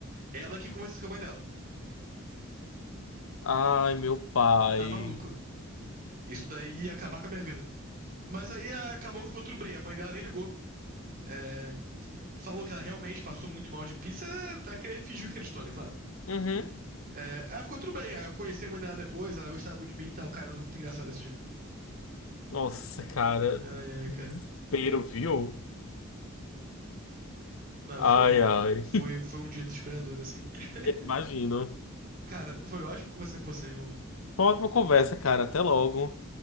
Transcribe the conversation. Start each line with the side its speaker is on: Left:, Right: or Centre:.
Right: Ela que conversou com a mãe dela.
Left: Ai, meu pai.
Right: Tá maluco. Isso daí ia acabar com a minha vida. Mas aí acabou que ficou tudo bem. A mãe dela nem ligou. É, falou que ela realmente passou muito mal de pizza. Tá, fingiu que acreditou, né? Claro.
Left: Uhum.
Right: É, ela ficou tudo bem. eu conheci a mãe dela depois. Ela gostava muito de mim e tal. Cara, foi muito engraçado esse dia.
Left: Nossa, cara.
Right: Ai, ai,
Left: Desespero,
Right: cara.
Left: viu?
Right: Não,
Left: Ai,
Right: foi,
Left: ai.
Right: foi, foi um dia desesperador, assim. <laughs>
Left: <laughs> Imagino.
Right: cara, foi ótimo conversar com você, irmão.
Left: Foi uma ótima conversa, cara. Até logo.